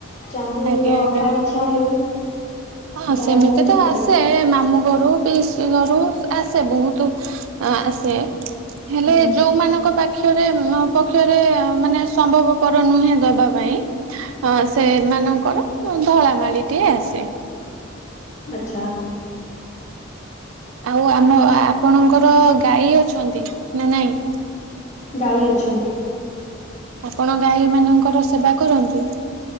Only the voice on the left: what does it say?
ଚାନ୍ଦିର
ଅଣ୍ଟା ବିଛା ଟା ହେଉ
ଯାହା
ହେଲେ ବି
ଚଳିବ।
ହୁଁ।
ଆଚ୍ଛା।
ଗାଈ ଅଛନ୍ତି।